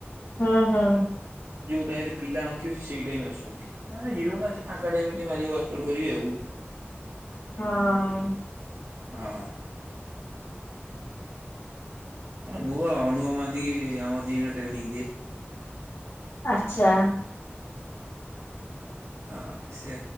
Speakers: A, on the left; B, on the right.
A: ହୁଁ ହୁଁ।
B: ଯୋଉ ଟାଇମ୍ ରେ ପିଲା ନଥିବେ ସିଏ ସେଇ ଟାଇମ୍ ରେ ଆସୁଚନ୍ତି। ମାନେ ହିରୋ ନା ସିଏ ଫାଙ୍କା ଟାଇମ୍ ରେ ଟିକେ ମାରିକି ୱାର୍କଆଉଟୁ କରିବେ ଆଉ।
A: ହଁ।
B: ହଁ। ମୁଁ ବା ଅନୁଭବ ମହାନ୍ତି କି ଆମ ଜିମ୍ ରେ ଟ୍ରେନିଂ ଦିଏ।
A: ଆଚ୍ଛା।
B: ହଁ ସିଏ